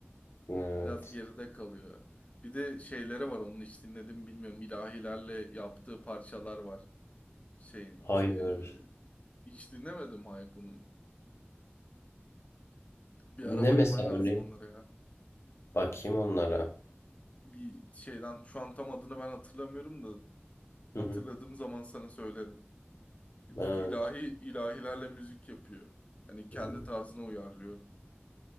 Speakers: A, on the left; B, on the left.
A: Evet.
B: Biraz geride kalıyor. Bir de şeyleri var onu hiç dinledim bilmiyorum. İlahilerle yaptığı parçalar var. Şeyin.
A: Hayır.
B: eee, hiç dinlemedim Hayko'nun. Bir
A: Ne
B: ara bakman
A: mesela
B: lazım
A: örneğin?
B: onlara ya.
A: Bakayım onlara.
B: Bir şeyden şu an tam adını ben hatırlamıyorum da
A: Hı
B: hatırladığım
A: hı.
B: zaman sana söylerim. Düz
A: Evet.
B: ilahi ilahilerle müzik yapıyor. Hani kendi
A: Hı.
B: tarzına uyarlıyor.